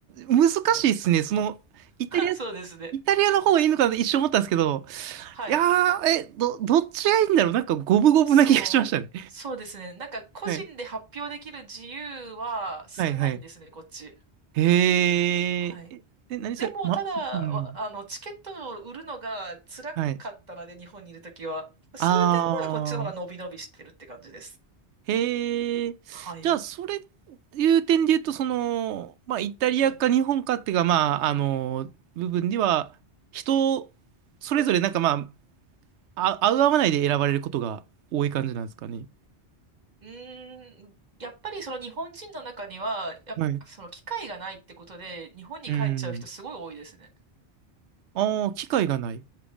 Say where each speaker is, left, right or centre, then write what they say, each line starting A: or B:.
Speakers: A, on the right; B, on the right.
A: 難しいっすね。その、イタリア、
B: そうですね。
A: イタリアの方がいいのかなって一瞬思ったんですけど、
B: はい。
A: いやー、え、ど、どっちがいいんだろうなんか、五分五分な気がしましたね。
B: そう、そうですね。なんか個人で発表できる自由は少ないんですね、
A: はい。はい、はい。
B: こっち。
A: へえ、
B: はい。
A: え、え何それま、
B: でも、ただ、
A: うん。
B: あの、チケットを売るのが辛かったので、
A: はい。
B: 日本にいるときは。そういう点ではこっちの方が伸び伸びしてるって感じです。
A: あー。へえ。
B: はい。
A: じゃあ、それ、いう点で言うと、その、まあ、イタリアか日本かっていうか、
B: はい。
A: まあ、あの、部分では、人、それぞれなんかまあ、あ、合う合わないで選ばれることが多い感じなんですかね。
B: うーん、やっぱりその日本人の中には、やっぱその機会がないってことで、
A: はい。
B: 日本に帰っちゃう人すごい多いですね。
A: うん。ああ、機会がない。